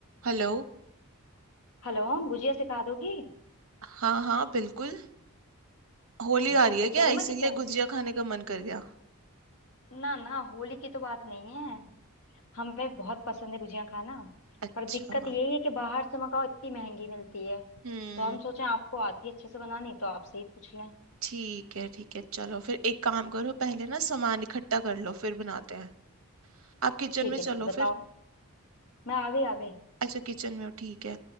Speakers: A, on the right (about 65°); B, on the left (about 75°).
A: Hello
B: Hello गुजिया सिखा दोगी
A: हाँ हाँ बिल्कुल होली
B: ठीक
A: आ
B: है
A: रही है
B: तो चलूँ
A: क्या
B: मैं
A: इसीलिए
B: किचन
A: गुजिया खाने का मन कर गया
B: ना ना होली की तो बात नहीं है हमें बहुत पसंद है गुजिया खाना
A: अच्छा
B: पर दिक्कत यही है कि बाहर से मंगाओ इतनी महंगी मिलती है
A: हम्म
B: तो हम सोचे आपको आती है अच्छे से बनानी तो आपसे ही पूछ लें
A: ठीक है ठीक है चलो फिर एक काम करो पहले ना सामान इकट्ठा कर लो फिर बनाते हैं आप किचन
B: ठीक
A: में
B: है
A: चलो
B: ठीक है बताओ
A: फिर
B: मैं आ गई आ गई
A: अच्छा किचन में हो ठीक है